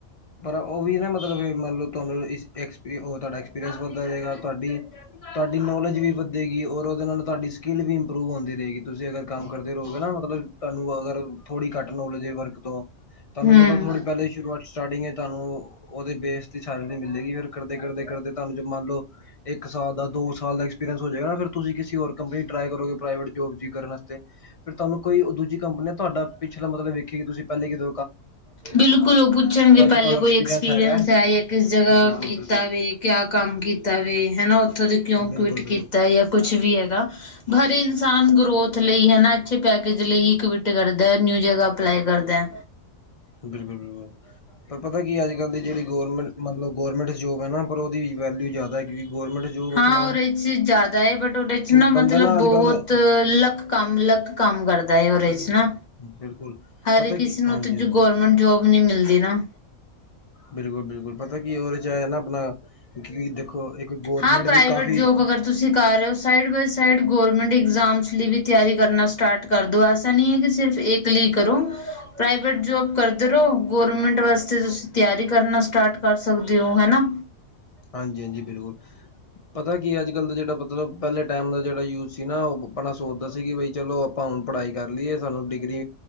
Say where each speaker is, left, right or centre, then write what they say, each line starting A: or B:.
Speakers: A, on the left; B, on the left.
A: ਪਰ ਉਹ ਵੀ ਨਾ ਮਤਲਬ ਮੰਨਲੋ ਤੁਹਾਨੂੰ ਵੀ ਉਹ ਤੁਹਾਡਾ ਐਕਸਪੀਰੀਅੰਸ ਵੱਧਦਾ ਜਾਏਗਾ, ਤੁਹਾਡੀ ਤੁਹਾਡੀ ਨੌਲੇਜ ਵੀ ਵੱਧੇਗੀ ਔਰ ਉਹਦੇ ਨਾਲ ਤੁਹਾਡੀ ਸਕਿੱਲ ਵੀ ਇੰਪਰੂਵ ਹੁੰਦੀ ਰਹੇਗੀ। ਤੁਸੀਂ ਅਗਰ ਕੰਮ ਕਰਦੇ ਰਹੋਗੇ ਨਾ ਮਤਲਬ ਤੁਹਾਨੂੰ ਅਗਰ ਥੋੜੀ ਘੱਟ ਨੋਲਜ ਵਰਕ ਤੋਂ ਤੁਹਾਨੂੰ
B: ਹਮ
A: ਮਤਲਬ ਥੋੜੀ ਪਹਿਲੇ ਸ਼ੁਰੂਆਤ ਚ ਸਟਾਰਟਿੰਗ ਤੁਹਾਨੂੰ ਉਹਦੇ ਬੇਸ ਸੈਲਰੀ ਮਿਲੇਗੀ ਫ਼ਿਰ ਕਰਦੇ- ਕਰਦੇ- ਕਰਦੇ ਤੁਹਾਨੂੰ ਜੋ ਮੰਨ ਲਓ ਇੱਕ ਸਾਲ ਦਾ, ਦੋ ਸਾਲ ਦਾ ਐਕਸਪੀਰੀਐਂਸ ਹੋ ਜਾਏਗਾ ਤੇ ਕਿਸੀ ਹੋਰ ਕੰਪਨੀ ਟਰਾਈ ਕਰੋਗੇ ਪ੍ਰਾਈਵੇਟ ਜੋਬ ਤੁਸੀ ਕਰਨ ਵਾਸਤੇ। ਫਿਰ ਤੁਹਾਨੂੰ ਕੋਈ ਦੂਜੀ ਕੰਪਨੀ ਆ ਤੁਹਾਡਾ ਪਿਛਲਾ ਮਤਲਬ ਵੇਖੇ ਕਿ ਤੁਸੀਂ ਪਹਿਲੇ ਕਿੱਤੇ
B: ਬਿਲਕੁਲ ਉਹ ਪੁੱਛਣਗੇ ਪਹਿਲੇ
A: ਤੁਹਾਨੂੰ
B: ਕੋਈ
A: ਐਕਸਪੀਰੀਅੰਸ
B: ਐਕਸਪੀਰੀਐਂਸ
A: ਹੈਗਾ
B: ਹੈ ਜਾਂ ਕਿਸ ਜਗ੍ਹਾ
A: ਬਿਲਕੁਲ
B: ਕੀਤਾ
A: ਬਿਲਕੁਲ
B: ਵੇ ਕਿਆ ਕੰਮ ਕੀਤਾ ਵੇ ਹਨਾ ਉੱਥੋਂ ਦੇ ਕਿਉਂ
A: ਬਿਲਕੁਲ
B: ਕੁਵਿਟ
A: ਬਿਲਕੁਲ
B: ਕੀਤਾ ਹੈ ਜਾਂ। ਕੁਛ ਵੀ ਹੈਗਾ ਹਰੇ ਇਨਸਾਨ ਗਰੋਥ ਲਈ ਹਨ ਅੱਛੇ ਪੈਕੇਜ ਲਈ ਇਕਵਿਟ ਕਰਦਾ ਹੈ ਨਿਊ ਜਗ੍ਹਾ ਅਪਲਾਈ ਕਰਦਾ।
A: ਬਿਲਕੁਲ -ਬਿਲਕੁਲ ਪਰ ਪਤਾ ਕੀ ਅੱਜ ਕੱਲ ਦੀ ਜਿਹੜੀ ਗਰਮੈਂਟ ਮਤਲਬ ਗੌਰਮੈਂਟ ਜੋਬ ਹੈ ਨਾ ਪਰ ਉਹਦੀ ਵੈਲਿਊ ਜ਼ਿਆਦਾ ਹੈਗੀ ਕਿਉਂਕਿ ਗੌਰਮੈਂਟ ਜੋਬ
B: ਹਾਂ
A: ਆਪਣਾ
B: ਉਹਦੇ ' ਜ਼ਿਆਦਾ ਹੈ ਬਟ ਉਹਦੇ '
A: ਕਿ
B: ਨਾ
A: ਬੰਦਾ
B: ਮਤਲਬ ਬਹੁਤ
A: ਅੱਜ ਕੱਲ੍ਹ
B: ਲੱਕ ਕੰਮ ਲੱਕ ਕੰਮ ਕਰਦਾ ਹੈ ਉਹਦੇ ਚ ਨਾ।
A: ਬਿਲਕੁਲ।
B: ਹਰ
A: ਪਤਾ ਕੀ
B: ਕਿਸੇ ਨੂੰ
A: ਹਾਂਜੀ ਹਾਂਜੀ
B: ਗੌਰਮੈਂਟ ਜੋਬ ਨੀ ਮਿਲਦੀ ਨਾ।
A: ਬਿਲਕੁਲ -ਬਿਲਕੁਲ ਪਤਾ ਕੀ ਉਹਦੇ ਚ ਨਾ ਆਪਣਾ ਦੇਖੋ ਇੱਕ ਗੌਰਮੈਂਟ
B: ਹਾਂ ਪ੍ਰਾਈਵੇਟ
A: ਦੀ ਕਾਫ਼ੀ
B: ਜ ਜੋਬ ਅਗਰ ਤੁਸੀਂ ਕਰ ਰਹੇ ਹੋ side by side government exams ਲਈ ਵੀ ਤਿਆਰੀ ਕਰਨਾ ਸਟਾਰਟ ਕਰ ਦੋ ਐਸਾ ਨਹੀਂ ਹੈ ਕਿ ਸਿਰਫ ਇੱਕ ਕਰੋ ਪ੍ਰਾਈਵੇਟ ਜੋਬ ਕਰਦੇ ਰਹੋ ਗਰਮੈਂਟ ਵਾਸਤੇ ਤੁਸੀਂ ਤਿਆਰੀ ਕਰਨਾ ਸਟਾਰਟ ਕਰ ਸਕਦੇ ਹੋ ਹਨਾ।
A: ਹਾਂਜੀ -ਹਾਂਜੀ ਬਿਲਕੁਲ। ਪਤਾ ਕੀ ਅੱਜ ਕੱਲ੍ਹ ਦਾ ਜਿਹੜਾ ਮਤਲਬ ਪਹਿਲੇ ਟਾਈਮ ਦਾ ਜਿਹੜਾ ਯੂਜ ਸੀ ਨਾ ਉਹ ਬੜਣਾ ਸੋਚਦਾ ਸੀ ਕਿ ਬਈ ਚਲੋ ਆਪਾਂ ਹੁਣ ਪੜ੍ਹਾਈ ਕਰ ਲਈਏ ਸਾਨੂੰ ਡਿਗਰੀ,